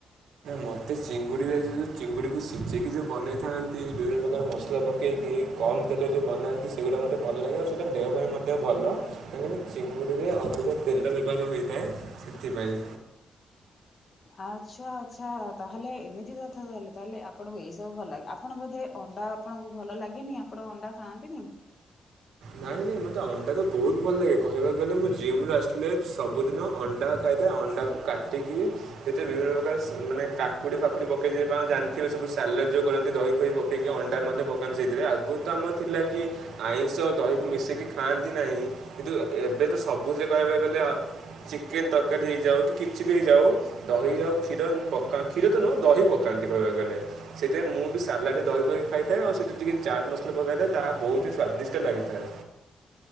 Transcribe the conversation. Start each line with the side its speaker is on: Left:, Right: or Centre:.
Right: ମତେ ଚିଙ୍ଗୁଡ଼ିରେ ଯେ ଯେଉଁ ଚିଙ୍ଗୁଡ଼ିକୁ ସିଝେଇକି ଯେଉଁ ବନେଇଥାନ୍ତି ବିଭିନ୍ନ ପ୍ରକାର ମସଲା ପକେଇକି। କମ୍ ତେଲରେ ଯେଉଁ ବନାନ୍ତି ସେଗୁଡ଼ା ମୋତେ ଭଲ ଲାଗେ ଆଉ ସେଇଟା ଦେହ ପାଇଁ ମଧ୍ୟ ଭଲ। କାରଣ ଚିଙ୍ଗୁଡ଼ିରେ ଅଧିକ ତେଲ ବ୍ୟବହାର ହୋଇଥାଏ ସେଥିପାଇଁ।
Left: ଆଚ୍ଛା ଆଚ୍ଛା ତାହେଲେ ଏମିତି କଥା ତାହଲେ ତାହେଲେ ଆପଣଙ୍କୁ ଏଇ ସବୁ ଭଲ ଲାଗେ। ଆପଣ ବୋଧେ ଅଣ୍ଡା ଆପଣଙ୍କୁ ଭଲ ଲାଗେନି ଆପଣ ଅଣ୍ଡା ଖାଆନ୍ତିନି?
Right: ନାଇଁ ନାଇଁ ମତେ ଅଣ୍ଡା ତ ବହୁତ ଭଲ ଲାଗେ କହିବାକୁ ଗଲେ ମୁଁ ଜିମ୍ ଆସିଲେ ସବୁଦିନ ଅଣ୍ଡା ଖାଇଥାଏ। ଅଣ୍ଡାକୁ କାଟିକିରି ସେଥିରେ ବିଭିନ୍ନ ପ୍ରକାର ମାନେ କାକୁଡି ଫାକୁଡି ପକେଇିବ ଜାଣିଥିବେ ସବୁ ସାଲଡ ଯୋଉ କରନ୍ତି ଦହି ଫହି ଟିକେ ଅଣ୍ଡା ମଧ୍ୟ ପକାନ୍ତି ସେଇଥିରେ। ଆଗରୁ ତ ଆମର ଥିଲା କି ଆଇଁଷ ଦହିକୁ ମିଶେଇକି ଖାଆନ୍ତି ନାହିଁ କିନ୍ତୁ ଏବେ ତ ସବୁଥିରେ କହିବାକୁ ଗଲେ ଚିକେନ୍ ତରକାରୀ ହେଇଯାଉ କି କିଛି ବି ହେଇଯାଉ ଦହି ଆଉ କ୍ଷୀର ନ ପକ କ୍ଷୀର ତ ନୁହଁ ଦହି ପକାନ୍ତି କହିବାକୁ ଗଲେ। ସେଇଥିପାଇଁ ମୁଁ ବି ସାଲାଡ ରେ ଦହି ପକେଇକି ଖାଇଥାଏ ଆଉ ସେଥିରେ ଟିକେ ଚାଟ୍ ମସଲା ପକାଇଥାଏ ତାହା ବହୁତ ହି ସ୍ଵାଦିଷ୍ଟ ଲାଗେ। ହ